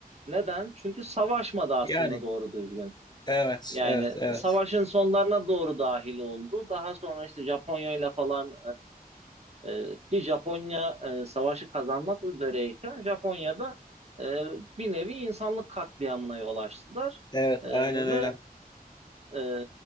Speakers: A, on the right; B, on the left.
A: Neden? Çünkü savaşmadı aslında
B: Yani
A: doğru düzgün.
B: evet,
A: Yani
B: evet, evet.
A: savaşın sonlarına doğru dahil oldu. Daha sonra işte Japonya ile falan e, e, ki Japonya e, savaşı kazanmak üzereyken Japonya'da e, bir nevi insanlık katliamına yol açtılar.
B: Evet,
A: E,
B: aynen
A: ve
B: öyle.
A: e,